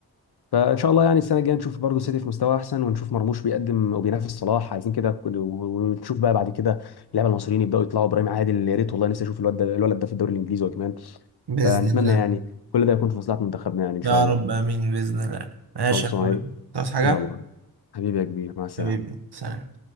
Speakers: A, on the left (about 80°); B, on the right (about 85°).
A: فان شاء الله يعني السنه الجايه نشوف برضه سيتي في مستوى احسن ونشوف مرموش بيقدم وبينافس صلاح عايزين كده كل- ونشوف بقى بعد كده اللعيبه المصريين يبداوا يطلعوا ابراهيم عادل يا ريت والله نفسي اشوف الواد ده الولد ده في الدوري الانجليزي هو كمان
B: بإذن
A: فنتمنى
B: الله
A: يعني كل ده يكون في مصلحه منتخبنا يعني ان
B: يا
A: شاء الله
B: رب آمين بإذن الله ماشي
A: خلصانه
B: يا أخوي تصحى حاجة
A: يلا حبيبي يا كبير مع السلامه
B: حبيبي سلام